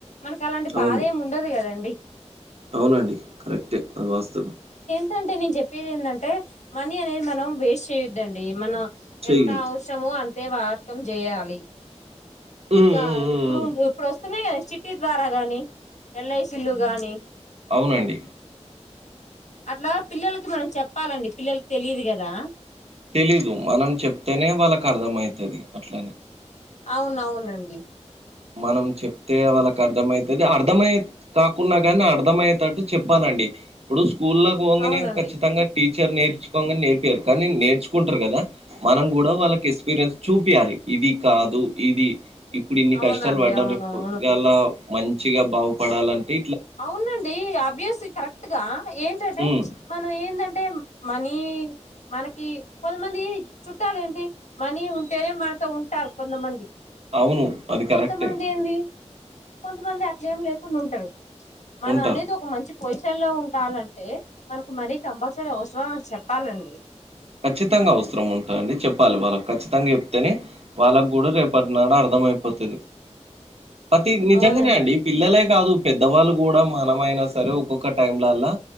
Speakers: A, on the left; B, on the right.
A: మనకి అలాంటి
B: అవును.
A: బాధ ఏమి ఉండదు కదండి
B: అవునండి కరెక్టే అది వాస్తవం
A: ఎంటే నేను చెప్పేది ఏందంటే మనీ అనేది మనం వేస్ట్ చేయొద్దండి మనం
B: చెయ్యొద్దు.
A: ఎంత అవసరమో అంతే వార్కం జెయాలి
B: హ్మ్.
A: ఇంకా
B: హ్మ్. హ్మ్.
A: ఇప్పుడు
B: హ్మ్.
A: ఇప్పుడు వస్తున్నాయి కదా సిటీ ద్వారా గాని ఎ కిలుగాని
B: అవునండి.
A: అట్లా పిల్లలకి మనం చెప్పాలండి పిల్లలకి తెలిదు గదా
B: తెలీదు మనం చెప్తేనే వాళ్ళకి అర్థమైతది అట్లనే
A: అవును అవునండి
B: మనం చెప్తే వాళ్ళకి అర్థమైతది అహ అర్థమయ్యే కాకున్నా కానీ అర్ధమయ్యేటట్టు చెప్పాలం డి ఇప్పుడు స్కూళ్లకు వోంగనే
A: అవునండి
B: కచ్చితంగా టీ <unintelligible> నేర్పియరు కానీ నేర్చుకుంటారు కదా మనం కూడా వళ్ళకి ఎక్స్పీరియన్స్ చూపియ్యలి ఇది కాదు ఇది ఇప్పుడు ఇన్ని
A: అవునండి
B: కష్టాలు వడ్డాన్
A: అవును అవును
B: గాలా మంచిగా బాగుపడాలంటి
A: అవునండి అభ్యాస కరెక్ట్ గా ఏంటంటే
B: హ్మ్.
A: మనం ఏందం టేమ్ మనీ మనకి కొంతమంది చుట్టాల ఏంటి మనీ ఉంటేనే మనతో ఉంటారు కొంతమంది
B: అవును. అది
A: కొంతమంది
B: కరెక్టే.
A: ఏంది కొంతమంది అట్లే ఏం లేకుండా ఉంటారు మన
B: ఉంటారు.
A: అనేది ఒక మంచి పొజి <unintelligible> లో ఉండాలంటే మనకు మనీ కంపల్సరీ అవసరం అని చెప్పాలండి
B: ఖచ్చితంగా అవసరం ఉంటదండి చెప్పాలి వాళ్ళకి ఖచ్చితంగా చెప్తేనే వాళ్ళకి గుడా రేపటినాడు అర్ధం <unintelligible> పతి నిజంంగానేే
A: అవునండి
B: అండి పిల్లాలే గాదు పెద్దవాళ్ళు గుడా మనమ ఐనా సరే ఒక్కొక్క టైంలల్లా